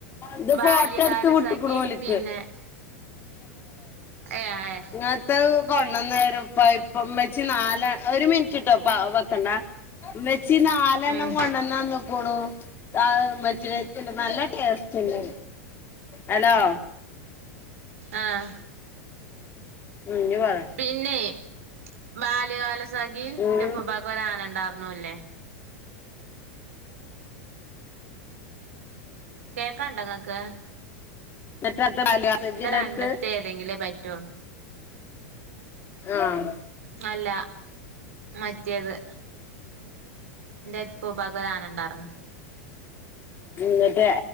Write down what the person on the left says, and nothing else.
ഇത്
ഫോട്ടോ എടുത്ത് വിട്ട്ക്ക്ണു ഓല്ക്ക്
ഇന്നത്തെത് കൊണ്ടന്നെരും പൈപ്പ് ഇമ്മച്ചി നാല ഒരു മിൻ റ്റ്ട്ടോ പ്പ വെക്കണ്ട ഇമ്മച്ചി നാലെണ്ണം
കൊണ്ടന്നന്ന്ക്കുണു അത് ഇമ്മച്ചിടെര്ത്ത് ഇണ്ട് നല്ല ടേസ്റ്റ്ണ്ട് ഹലോ
ഉം ഇഞ്ഞ് പറെ
ഉം
നെറ്റർത്ത് ബാല്യകാലസഖിയാ
അന്റെട്ത്ത്
ആഹ്
ഇന്ന്ട്ട്